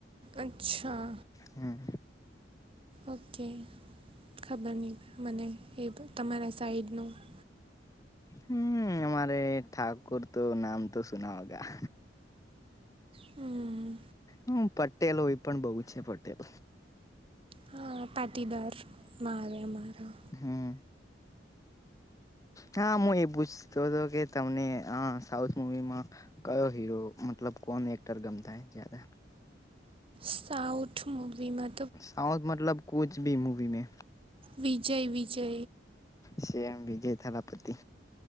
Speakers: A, on the right; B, on the left.
A: અચ્છા
B: હમ.
A: ઓકે, મને ખબર નહોતી. એ તમારી સાઇડનું છે.
B: હમ્મ... અમારા અહીં પણ ઠાકોર નામ તો સુના હોગા.
A: હમ
B: હમ્મ. પટેલોમાં પણ બહૂ હોય છે પટેલ.
A: હા, અમે પાટીદાર માં આવીએ અમારા.
B: હા હા, હું એ પૂછતો હતો કે તમને અઅ સાઉથ મૂવી મા કયો હીરો મતલબ કોન એક્ટર ગમતા હે જયાદા.?
A: સાઉથ મુવી મા
B: સાઉથ મતલબ કુછ ભી મુવી મે.?
A: વિજય, વિજય
B: સેમ વિજય થલપતિ.